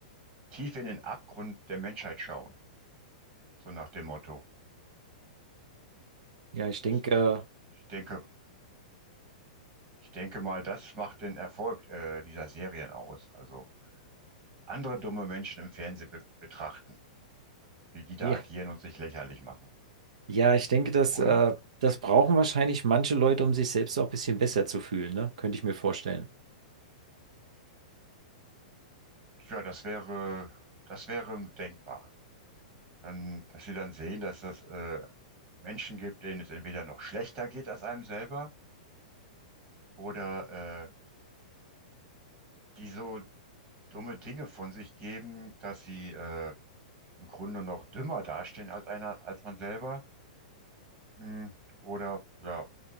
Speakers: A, on the right; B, on the right.
A: tief in den Abgrund der Menschheit schauen, so nach dem Motto.
B: ja, ich denke,
A: Das, ich denke, ich denke mal, das macht den Erfolg äh, dieser Serien aus. Also andere dumme Menschen im Fernsehen be betrachten, wie die da
B: äh, ja,
A: agieren und sich lächerlich machen,
B: ja, ich denke, dass,
A: oder?
B: äh, das brauchen wahrscheinlich manche Leute, um sich selbst auch ein bisschen besser zu fühlen, ne? Könnte ich mir vorstellen.
A: Ja, das wäre, das wäre denkbar. Dann, dass sie dann sehen, dass es äh, Menschen gibt, denen es entweder noch schlechter geht als einem selber oder äh, die so dumme Dinge von sich geben, dass sie äh, im Grunde noch dümmer dastehen als einer, als man selber. Mm, Oder ja,